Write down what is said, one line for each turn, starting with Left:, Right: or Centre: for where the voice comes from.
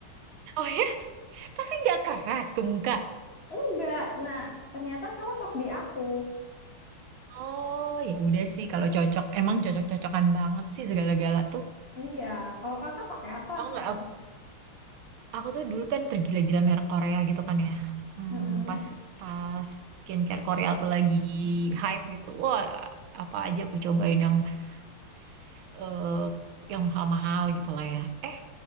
Right: Oh ya, tapi nggak keras ke muka.
Left: Enggak. Nah, ternyata cocok di aku.
Right: Oh ya udah sih kalau cocok, emang cocok-cocokan banget sih segala-gala tuh.
Left: Iya. Kalau kakak pakai apa
Right: Tahu
Left: sekarang?
Right: nggak aku, aku tuh dulu kan tergila-gila merek Korea gitu kan ya. Hmm,
Left: Mm-mm.
Right: pas pas skincare Korea tuh lagi hype gitu, wah apa aja aku cobain yang s- eh, yang mahal-mahal gitu lah ya. Eh,